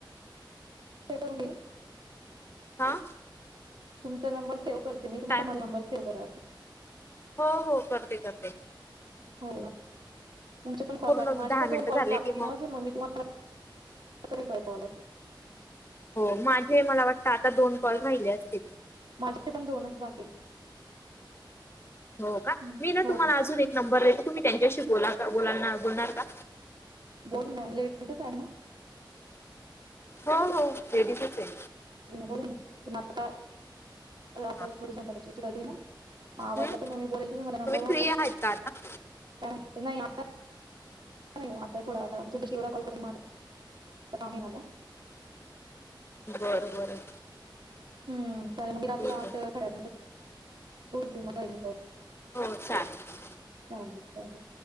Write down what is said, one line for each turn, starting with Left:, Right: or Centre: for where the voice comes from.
Right: सेव्ह करून घेईन
Left: हा
Right: तुमचा नंबर सेव करते मी. तुम्ही
Left: काय
Right: पण माझा नंबर सेव्ह करा अस.
Left: हो हो करते करते.
Right: हो. तुमचे पण दोन
Left: पूर्ण
Right: कॉल. माझे
Left: दहा
Right: पण
Left: मिनिटं
Right: दोन कॉल्स
Left: झाले
Right: बाकी
Left: की
Right: ना अजून मग मी तुम्हा कुठपर्यंत आहे कॉल वर.
Left: हो माझे मला वाटतं आता दोन कॉल राहिले असतील.
Right: माझे पण दोनच बाकी आहेत.
Left: हो का?
Right: हम्म.
Left: मी ना
Right: हो
Left: तुम्हाला अजून एक नंबर देतो तुम्ही त्यांच्याशी बोला बोलाल ना? बोलणार का?
Right: बोल ना. लेडिजच आहे ना?
Left: हो हो लेडीजच आहे.
Right: बोला ना. मग आपला आपल्याला
Left: हा.
Right: थोडी सांभाळायची. त्याला देणार. आवडलं
Left: हम्म
Right: म मी बोलेल तुम्ही मला नंबर व्हॉटसॲप
Left: फ्री आहात का आता
Right: काय म्हणत नाही आता नाही वो आता थोडा आता तुमच्याशी एवढा कॉल करून म काम नाही राहला
Left: बरं बरं.
Right: हम्म चालेल मी रात्री
Left: ठीक
Right: आठ साडेआठ नंतर बोलते मी कॉल करून.
Left: हो चालेल.
Right: चालेल चालेल.